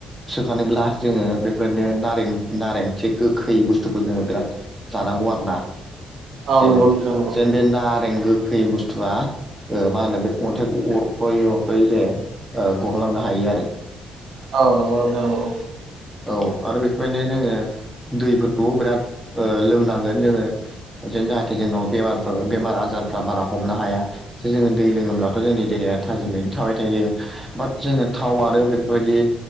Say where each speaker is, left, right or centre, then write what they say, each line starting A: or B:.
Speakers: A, in the centre; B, on the right.
A: सोखानोब्ला जोङो बेफोरदिनो नारें नारें एसे गोखै बुस्थु खौ जोंङो बिराद जानांगौ आरोना
B: औ
A: जेन
B: नंगौ नोंथां नंगौ
A: जेन बे नारें गोख खै बुस्थुआ ओ मा होनो बे अन्थाइखौ अरफ'यै अरफ'यै जे ओ गहोलांनो हायो आरो
B: औ नंगौ नोंथां नंगौ।
A: औ आरो बेफोरबादिनो जोङो दैफोरखौ बिराद ओ लोंनांगोन जोङो जे जाहाथे जोंनाव बेमारफोर बेमार आजारफ्रा बारा हमनो हाया जोङो दै लोङोब्लाथ' जोंनि देहाया थाजि मैनो थाबाय थायो बाथ जोङो थाव आरो बेफोरबायदि